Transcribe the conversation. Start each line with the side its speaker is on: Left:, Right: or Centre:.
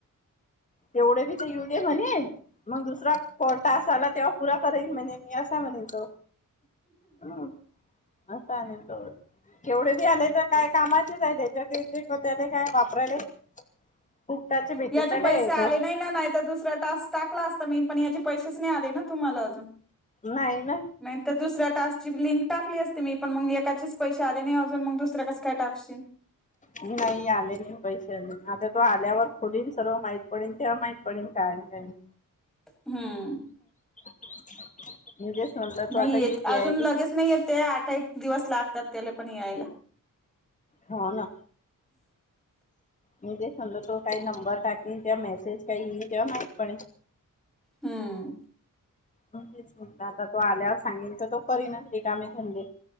Left: तेवढे भी त येऊ दे म्हणे, मग दुसरा कोल टास आला तेव्हा पुरा करेल म्हणे मी, असा म्हणेन तो अ असा नी तो केवढे बी आले य त काय कामाचेच आहे त्याच्या ते त्याले काय वापराले. खूप त्याचे भेटून
Centre: याचे
Left: नाही ना
Centre: पैसे
Left: येत
Centre: आले नाही ना नाही तर दुसरा टास्क टाकला असता मी पण याचे पैसेच नाही आले ना तुम्हाला अजून.
Left: नाही ना
Centre: नाहीतर दुसऱ्या टास्ची लिंक टाकली असती मी पण मग येकाचीच पैसे आले नाही अजून मग दुसर कस काय टाकशीन
Left: नाही आले नाही पैसे अजून आता तो आल्यावर खोलीन सर्व माहित पडीन तेव्हा माहीत पडीन काय न काही नाही.
Centre: हम्म!
Left: <inaudible> म्हणलं
Centre: नाही
Left: तो आता
Centre: येत
Left: युपीआय
Centre: अजून लगेच नाही येत ते आठ एक दिवस लागतात त्याला पण यायला.
Left: हो ना.
Centre: <inaudible>
Left: मी ते समलो तो काही नंबर टाकीेन तेव्हा मेसेज काही इन तेव्हा माहीत पडीन.
Centre: हम्म.
Left: तेच म्हणल आता तो आल्यावर सांगेन तर तो करीन रिकामे धंदे.